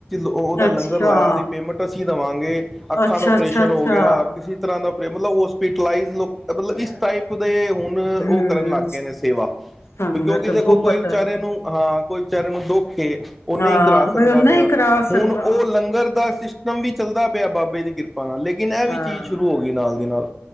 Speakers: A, in the centre; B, on the left.
A: ਉਹਦਾ
B: ਅੱਛਾ
A: ਲੰਗਰ ਲਾਇਆ ਉਹਦੀ ਪੇਮੈਂਟ ਅਸੀਂ ਦੇਵਾਂਗੇ ਅੱਖਾਂ
B: ਅੱਛਾ
A: ਦਾ ਓਪਰੇਸ਼ਨ
B: ਅੱਛਾ ਅੱਛਾ
A: ਹੋ ਗਿਆ ਕਿਸੇ ਤਰਾ ਦਾ ਮਤਲਬ ਹੋਸਪੀਟਈਜ਼ ਮਤਲਬ ਇਸ ਟਾਈਪ ਦੇ ਹੁਣ ਉਹ
B: ਹਮ
A: ਕਰਨ ਲੱਗ ਗਏ ਨੇ ਸੇਵਾ
B: ਸੰਗਤ
A: ਵੀ ਕਿਉਂਕਿ ਦੇਖੋ
B: ਗੁਪਤ
A: ਕੋਈ ਵਿਚਾਰੇ ਨੂੰ ਹਾਂ ਕੋਈ ਵਿਚਾਰੇ ਨੂੰ ਦੁੱਖ ਕੇ ਉਹ ਨਹੀਂ
B: ਹਾਂ
A: ਕਰਾ ਸਕਦਾ
B: ਬਈ ਉਹ ਨਹੀਂ
A: ਪਿਆ
B: ਕਰਾ
A: ਹੁਣ
B: ਸਕਦਾ
A: ਉਹ ਲੰਗਰ ਦਾ ਨਵੀ ਚੱਲਦਾ ਪਿਆ ਬਾਬੇ ਦੀ ਕਿਰਪਾ ਲੇਕਿਨ ਇਹ
B: ਹਾਂ,
A: ਵੀ ਚੀਜ਼ ਸ਼ੁਰੂ ਹੋ ਗਈ ਨਾਲ ਦੀ ਨਾਲ